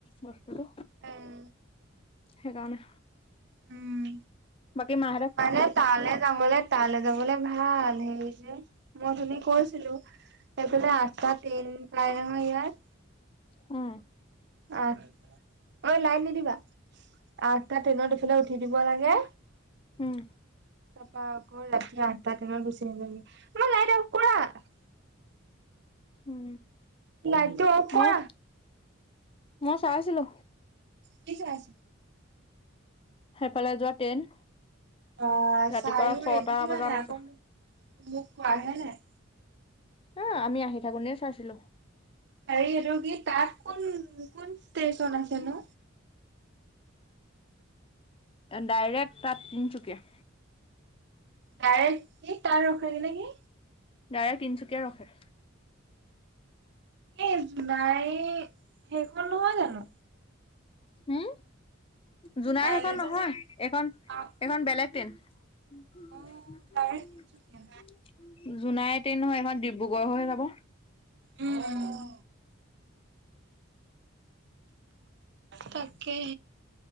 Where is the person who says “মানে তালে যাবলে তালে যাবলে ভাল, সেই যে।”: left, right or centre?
Right